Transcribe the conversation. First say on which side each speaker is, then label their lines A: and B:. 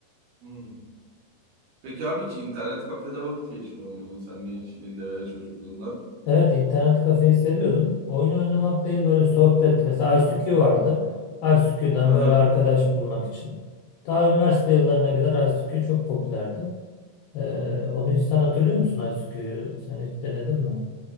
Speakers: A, on the right (about 65°); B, on the left (about 85°).
A: Hmm. Peki abi hiç internet kafede vakit geçiriyor muydun sen gençliğinde veya çocukluğunda?
B: Evet internet kafeyi seviyordum. Oyun oynamak değil böyle sohbet. Mesela ICQ vardı. ICQ'dan
A: Aha.
B: böyle arkadaş bulmak için. Daha üniversite yıllarına kadar ICQ çok popülerdi. Ee, onu hiç sen hatırlıyor musun ICQ'yu? Sen hiç denedin mi?